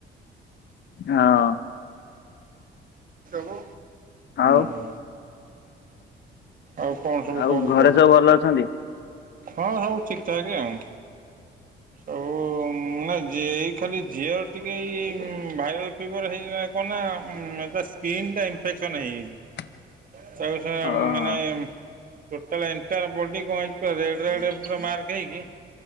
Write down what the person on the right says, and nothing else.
ହୁଁ
ହୁଁ। ଆଉ କଣ ସବୁ
କର
କୁହ?
ହଁ ସବୁ ଠିକ୍ ଠାକ୍ ଆଉ।
ଆଉ ମେ ଏଇ ଖାଲି ଝିଅର ଟିକେ ଏଇ ଭାଇରାଲ୍ ଫିଭର୍ ହେଇଗଲା କଣ ନା ଉମ୍ ତା ସ୍କିନ୍ ଟା ଇନଫେକ୍ସନ ହେଇଯାଇଛି।
<inaudible>
ଟୋଟାଲ ଏଣ୍ଟାୟାର୍ ବଡି କଣ ହେଇଛି ନା ରେଡ୍ ରେଡ୍ ପୁରା ମାର୍କ ହେଇକି